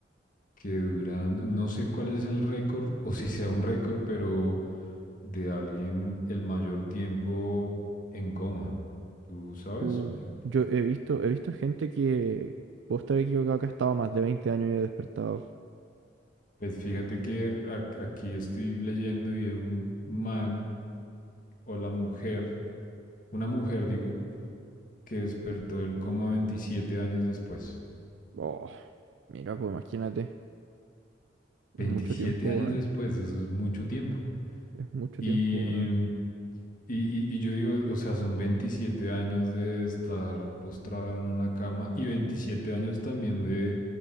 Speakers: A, on the left; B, on the right.
A: que duran, no sé cuál es el récord, o si sea un récord, pero de alguien el mayor tiempo en coma. ¿Tú sabes?
B: Uh,
A: Mayor-
B: yo he visto, he visto gente que, puedo estar equivocado, que ha estado más de 20 años y ha despertado.
A: Pues fíjate que ac- aquí estoy leyendo y hay un man o la mujer, una mujer digo, que despertó del coma 27 años después.
B: Oh, mira, pues imagínate,
A: veintisiete
B: es mucho tiempo,
A: años
B: weón.
A: después, eso es mucho tiempo.
B: Es mucho
A: Y,
B: tiempo, ¿verdad?
A: mm, y, y- y yo digo, o sea, son 27 años de estar postrado en una cama y 27 años también de